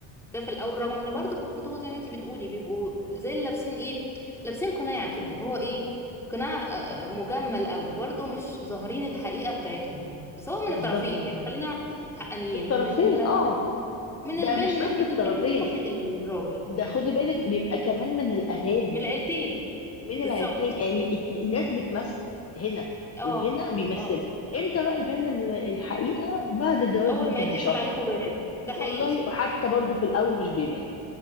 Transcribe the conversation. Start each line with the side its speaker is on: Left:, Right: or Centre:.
Centre: ده في الاول رغم ان برضو في الخطوبه زي ما انت بتقولي بيبقوا زي اللي لابسين ايه لابسين قناع كده اللي هو ايه قناع آه، آه، مجمل قوي برضو مش ظاهرين الحقيقه بتاعتهم سواء من
Left: بالظبط
Centre: الطرفين يعني خلينا حقانيين
Left: من الطرفين
Centre: من ال...
Left: اه
Centre: من من
Left: ده
Centre: البنت
Left: مش
Centre: من
Left: بس
Centre: ناحيه
Left: الطرفين
Centre: البنت ومن ناحيه الراجل
Left: ده خدي بالك بيبقى كمان من الاهالي
Centre: من العيلتين
Left: من
Centre: بالظبط
Left: العيلتين يعني ات- الناس بتمثل هنا
Centre: اه
Left: وهنا بيمثلوا
Centre: اه
Left: امتى بقى يبان ال- الحقيقه بعد الجواز
Centre: اول
Left: يمكن
Centre: ما يتقفل
Left: بشهر
Centre: عليكم باب ده
Left: والله
Centre: حقيقي
Left: وحتى برضو في الاول مش بيبان